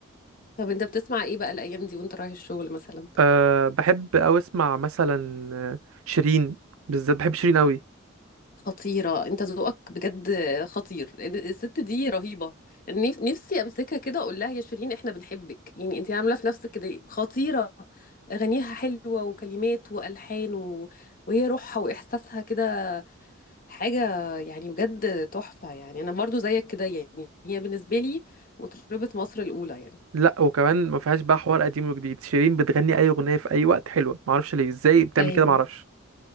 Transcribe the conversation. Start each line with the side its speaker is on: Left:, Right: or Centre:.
Left: طب انت بتسمع ايه بقى الايام دي وانت رايح الشغل مثلا
Right: أه بحب او اسمع مثلا آه، شيرين بالذات بحب شيرين قوي
Left: خطيره انت ذوقك بجد خطير لأن الست دي رهيبه يعني نف- نفسي امسكها كده اقول لها يا شيرين احنا بنحبك يعني انت عامله في نفسك كده إيه؟ خطيره اغانيها حلوه وكلمات والحان و... وهي روحها واحساسها كده حاجه يعني بجد تحفه يعني انا برضو زيك كده يعني هي بالنسبه لي مطربه مصر الاولى يعني
Right: لا وكمان ما فيهاش بقى حوار قديم وجديد شيرين بتغني اي اغنيه في اي وقت حلوه ما اعرفش ليه ازاي بتعمل
Left: ايوه
Right: كده ما اعرفش